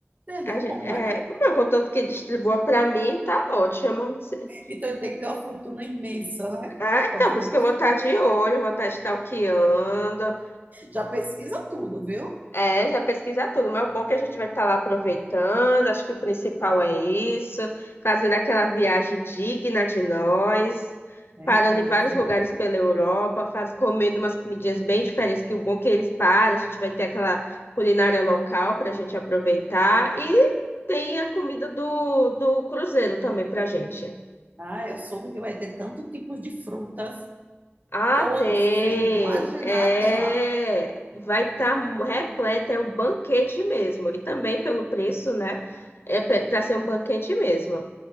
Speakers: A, on the right (about 40°); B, on the left (about 65°).
A: entendeu
B: A gente,
A: como
B: é,
A: é?
B: o meu, contanto que distribua para mim, tá ótimo. Se-
A: Então ele tem que ter uma fortuna imensa, né?
B: Ah, então,
A: Para poder
B: por isso
A: distribuir.
B: que eu vou estar de olho, eu vou estar stalkeando.
A: Já pesquisa tudo, viu?
B: É, já pesquisar tudo, mas é bom é que a gente vai estar lá aproveitando. Acho que o principal é isso, fazendo aquela viagem digna de nós,
A: É
B: parando
A: mesmo,
B: em vários
A: viu?
B: lugares pela Europa, faz, comendo umas comidinhas bem diferentes, que o bom é que eles param, a gente vai ter aquela culinária local para a gente aproveitar e tem a comida do, do cruzeiro também para a gente.
A: Ah, eu soube que vai ter tanto tipos de frutas,
B: Ah,
A: todos,
B: tem.
A: sem imaginar,
B: É,
A: tem lá.
B: vai estar repleto, é um banquete mesmo. E também pelo preço, né? É para ser um banquete mesmo.